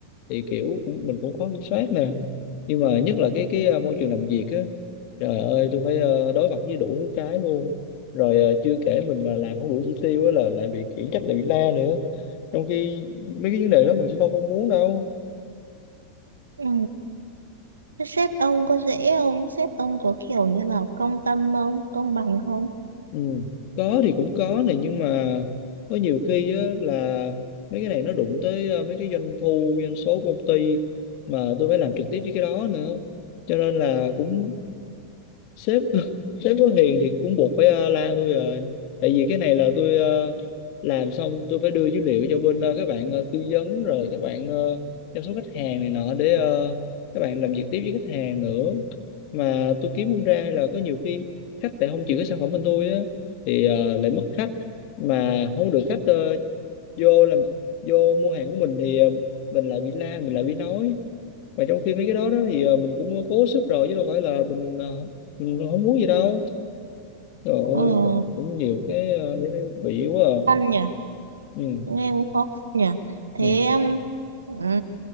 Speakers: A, on the left; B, on the right.
A: thì kiểu cũng mình cũng khó kiểm soát nè nhưng mà nhất là cái cái ờ, môi trường làm việc á trời ơi tôi phải ờ, đối mặt với đủ thứ cái luôn rồi ờ, chưa kể mình mà làm không đủ chỉ tiêu á là lại bị khiển trách lại bị la nữa trong khi mấy cái vấn đề đó mình cũng đâu mong muốn đâu
B: Ừ. Thế sếp ông có dễ không? Sếp ông có kiểu như là công tâm không? Công bằng không?
A: ừ. có thì cũng có này nhưng mà có nhiều khi á, là mấy cái này nó đụng tới ờ, mấy cái doanh thu doanh số của công ty mà tôi phải làm trực tiếp với cái đó nữa cho nên là cũng sếp <laughs> sếp có hiền thì cũng buộc phải ờ, la tôi rồi tại vì cái này là tôi ờ, làm xong tôi phải đưa dữ liệu cho bên ờ, các bạn ờ, tư vấn rồi các bạn ờ, chăm sóc khách hàng này nọ để ờ, các bạn làm việc tiếp với khách hàng nữa mà tôi kiếm không ra hay là có nhiều khi khách lại không chịu cái sản phẩm bên tôi á thì ờ, lại mất khách mà không được khách ờ, vô làm vô mua hàng của mình thì ờ, mình lại bị la mình lại bị nói mà trong khi mấy cái đó đó thì ờ, mình cũng cố sức rồi chứ đâu phải là mình ờ, mình không muốn gì đâu trời ơi
B: Ừ,
A: mà cũng nhiều cái ờ, để nó bị quá à
B: khăn nhỉ?
A: ừ.
B: Nghe cũng khó khăn nhỉ?
A: ừ.
B: Thế um,